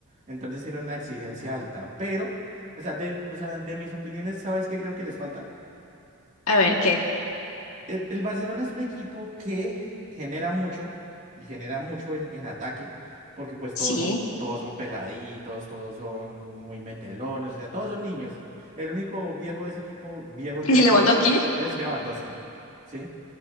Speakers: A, on the right (about 35°); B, on the left (about 65°).
A: Entonces tienen una exigencia alta. Pero, o sea, de, o sea, de mis opiniones, ¿sabes qué creo que les falta?
B: A ver qué.
A: El, el Barcelona es un equipo que genera mucho y genera mucho en, en ataque, porque pues todos
B: Sí.
A: son, todos son peladitos, todos son muy metelones, o sea, todos son niños. El único viejo de ese equipo, viejo entre
B: <laughs>
A: comillas,
B: Lewandowski,
A: es Lewandowski, ¿sí?